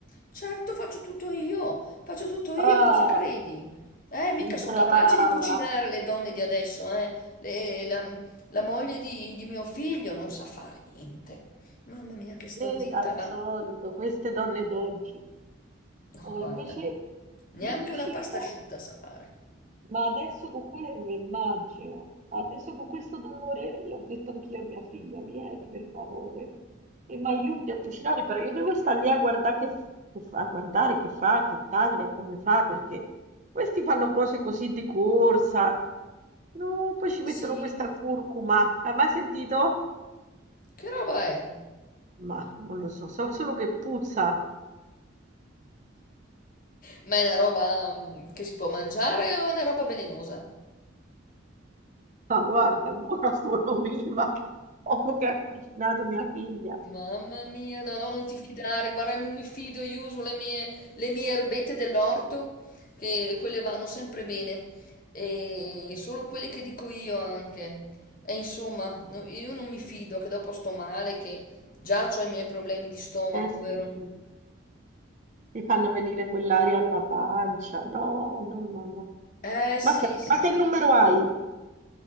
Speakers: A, on the left (about 45°); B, on the right (about 40°).
A: Certo, faccio tutto io, faccio tutto io,
B: Ah,
A: cosa credi? Eh, mica sono
B: brava,
A: capaci di cucinare le donne di adesso, eh. Le- la, la moglie di, di mio figlio non sa fare niente. Mamma mia, che sto
B: eh,
A: zitta,
B: al
A: va.
B: solito, queste donne d'oggi.
A: No,
B: No,
A: guarda,
B: invece
A: neanche
B: io cucino
A: una pasta asciutta sa fare.
B: Ma adesso con quello mi immagino, adesso con questo dolore, io ho detto anch'io a mia figlia, vieni per favore e mi aiuti a cucinare, però io devo stare lì a guardare che, f- che fa, a guardare che fa, che taglia, come fa, perché questi fanno cose così di corsa, no, poi ci
A: Sì,
B: mettono questa curcuma, hai mai sentito?
A: che roba è?
B: Ma non lo so, so solo che puzza,
A: Ma è una roba mm, che si può mangiare o è una roba velenosa?
B: ma guarda, ancora sono viva, <laughs> dopo che ha cucinato mia figlia.
A: Mamma mia, no, no, non ti fidare, guarda, non mi fido, io uso le mie, le mie erbette dell'orto, che quelle vanno sempre bene, e solo quelle che dico io anche. E insomma, no- io non mi fido, che dopo sto male, che già ho i miei problemi di stomaco,
B: Eh sì,
A: vero?
B: Mi fanno venire quell'aria alla pancia. No, no, no, no.
A: Eh, sì,
B: Ma senti,
A: sì.
B: ma che numero hai?